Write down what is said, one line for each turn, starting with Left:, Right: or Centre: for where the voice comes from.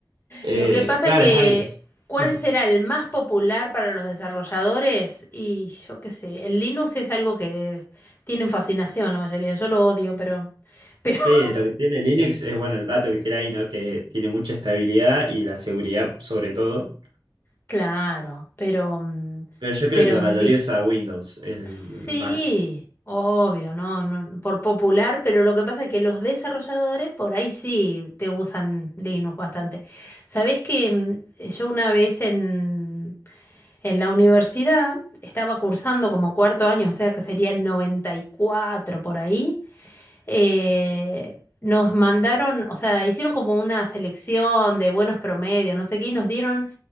Right: Eh,
Left: Lo que pasa
Right: claro,
Left: es que,
Right: es iOS.
Left: ¿cuál
Right: <laughs>
Left: será el más popular para los desarrolladores? Y yo qué sé, el Linux es algo que tienen fascinación la mayoría. Yo lo odio, pero, pero,
Right: Sí,
Left: <laughs>
Right: lo que tiene Linux es, bueno, el dato que tiene ahí, ¿no? Que tiene mucha estabilidad y la seguridad sobre todo.
Left: claro, pero, mm,
Right: Pero yo creo
Left: pero
Right: que la mayoría
Left: es dif-
Right: usa Windows, el
Left: Sí,
Right: más.
Left: obvio, no, no, por popular, pero lo que pasa es que los desarrolladores por ahí sí te usan Linux bastante. ¿Sabés que mm, yo una vez en En la universidad estaba cursando como cuarto año, o sea que sería el 94 por ahí. eh, nos mandaron, o sea, hicieron como una selección de buenos promedios, no sé qué, y nos dieron,